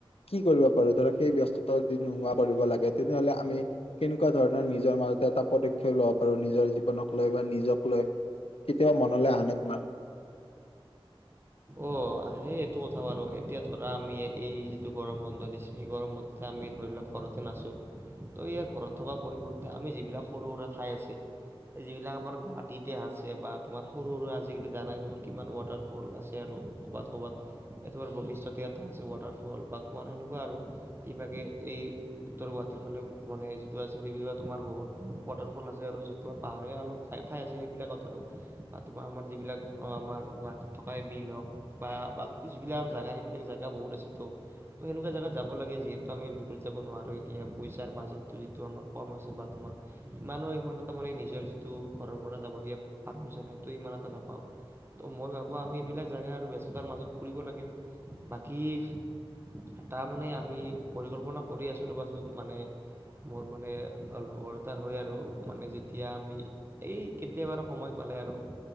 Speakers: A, on the left (about 80°); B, on the right (about 25°).
A: কি কৰিব পাৰো ধৰক সেই ব্যস্ততা যদি নোহোৱা কৰিব লাগে তেনেহলে আমি কেনেকুৱা ধৰণৰ নিজৰ ম এটা পদক্ষেপ ল'ব পাৰো নিজৰ জীৱনক লৈ বা নিজক লৈ কেতিয়াও মনলৈ আনে তোমাৰ
B: অ আহে এইটো কথা বাৰু এতিয়া ধৰা আমি এই গৰম বন্ধ দিছে সেই গৰম বন্ধতে আমি ধৰি লওক ঘৰতে নাচোঁ ত' ইয় ঘৰত থকা পৰিৱৰ্তে আমি যিবিলাক সৰু সুৰা ঠাই আছে যিবিলাক আমাৰ গুৱাহাটীতে আছে বা তোমাৰ সৰু সুৰা আজিকালি জানাই তোমাৰ কিমান ৱাটাৰফল আছে আৰু ক'বাত -ক'বাত এইতোমাৰ বৈশিষ্ট্যতেএটা আছে ৱাটাৰফল বা তোমাৰ এনেকুৱা আৰু ইবাকে এই কি উত্তৰ গুৱাহাটীৰ ফালে মানে যিটো আছে <unintelligible> বহুত ৱাটাৰফল আছে আৰু যত তোমাৰ পাহাৰীয়া অলপ ঠাই আছে সেইবিলাকত আৰু তোমাৰ আমাৰ যিবিলাক আমাৰ গুৱাহাটীত থকাই বিল হওক। বা ব যিবিলাক আৰু জেগা সেইবিলাক জেগা বহুত আছে ত' ত সেনেকুৱা জেগাত যাব লাগে যিহেতু আমি দূৰত য। এতিয়া পইচা বাজ যিটো আমাৰ কম আছে বা তোমাৰ ইমানো ইমান এটা মানে নিজৰ যিটো। ঘৰৰ পৰা যাব দিয় পাৰি সেইটো ইমান এটা নাপাও ত মই ভাবো আমি এইবিলাক জাগা আৰু। চোতাৰ মাজত ফুৰিব লাগে বাকী' তাৰ মানে আমি পৰিকল্পনা কৰি আছো ৰ'বাচোন মানে। মোৰ মানে লগৰ এটাৰ হয় আৰু মানে যেতিয়া আমি এই কেতিয়াবা সময় পালো। আৰু